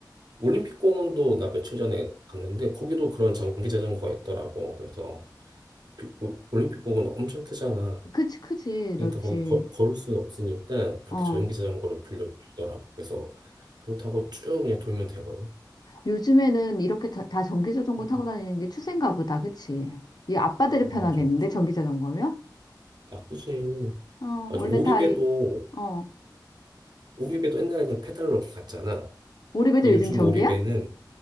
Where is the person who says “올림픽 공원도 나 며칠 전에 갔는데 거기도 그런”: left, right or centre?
Right